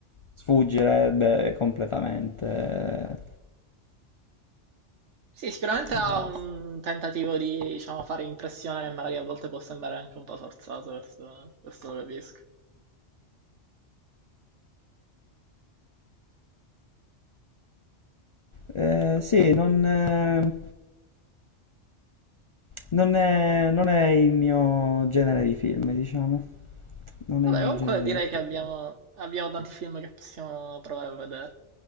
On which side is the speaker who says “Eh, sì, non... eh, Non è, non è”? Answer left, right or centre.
Left